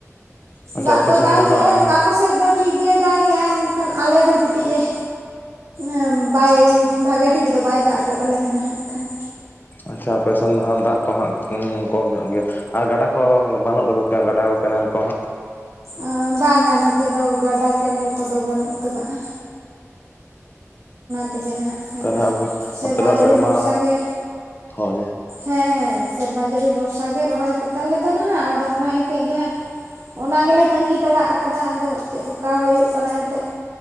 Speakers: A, on the left; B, on the right.
A: ᱟᱪᱪᱷᱟ
B: ᱫᱟᱜ
A: ᱟᱯᱮ
B: ᱫᱚ
A: ᱥᱮᱱ
B: ᱫᱟᱜᱮᱜᱼᱟᱭ
A: ᱦᱟᱸᱜ
B: ᱚᱠᱟ ᱠᱚᱥᱮᱫ ᱫᱚ ᱴᱷᱤᱠ ᱜᱮ ᱫᱟᱜᱮᱜ-ᱟᱭ ᱢᱮᱱᱠᱷᱟᱱ ᱟᱞᱮ ᱫᱚ ᱠᱟᱹᱴᱤᱡ-ᱮ ᱮᱸ ᱵᱟᱭ ᱵᱷᱟᱜᱮ ᱴᱷᱤᱠ ᱫᱚ ᱵᱟᱭ ᱫᱟᱜ ᱜᱚᱫ ᱟᱞᱮ ᱠᱟᱱᱟ ᱦᱟᱸᱜ ᱠᱷᱟᱱ᱾
A: ᱟᱪᱪᱷᱟ ᱟᱯᱮ ᱥᱮᱱ ᱫᱚ ᱦᱟᱸᱜ ᱫᱟᱜ ᱠᱚ ᱦᱟᱸᱜ ᱩᱸ ᱠᱚᱢ ᱧᱚᱜ ᱜᱮᱭᱟ᱾ ᱟᱨ ᱜᱟᱰᱟ ᱠᱚ ᱵᱟᱹᱱᱩᱜ ᱛᱟᱯᱮ ᱠᱟ ᱜᱟᱰᱟ ᱠᱚ ᱠᱮᱱᱮᱞ ᱠᱚ ᱦᱟᱸᱜ?
B: ᱟ ᱵᱟᱝᱟ ᱱᱚᱛᱮ ᱫᱚ ᱜᱟᱰᱟ ᱠᱮᱱᱮᱞ ᱠᱚᱫᱚ ᱵᱟᱹᱱᱩᱜ ᱟᱠᱟᱫᱟ ᱟ᱾ ᱛᱮᱜᱮ ᱱᱟᱦᱟᱜ ᱠᱷᱟᱱ
A: ᱛᱟᱦᱚᱞᱮ
B: ᱟᱨ
A: ᱟᱯᱮ ᱟᱯᱮ ᱫᱚ ᱦᱟᱸᱜ
B: ᱡᱟᱹᱲᱤ
A: ᱥᱮᱨᱢᱟ
B: ᱵᱷᱚᱨᱥᱟ ᱜᱮ
A: ᱦᱳᱭ᱾
B: ᱦᱮᱸ ᱦᱮᱸ ᱥᱮᱨᱢᱟ ᱡᱟᱹᱲᱤ ᱵᱷᱚᱨᱥᱟ ᱜᱮ ᱨᱚᱦᱚᱭ ᱠᱚᱛᱟ ᱞᱮ ᱫᱚ ᱱᱟᱦᱟᱜ ᱟᱫᱚ ᱚᱱᱟ ᱤᱠᱷᱟᱡ ᱜᱮ ᱦᱟᱸᱜ ᱚᱱᱟ ᱜᱮᱞᱮ ᱛᱟᱹᱜᱤ ᱛᱟᱲᱟᱜ ᱟᱠᱟᱫᱟ ᱟᱫᱚ ᱪᱮᱫ ᱞᱮᱠᱟ ᱦᱳᱭᱳᱜ ᱠᱟᱱᱟ ᱮᱱᱛᱮᱫ᱾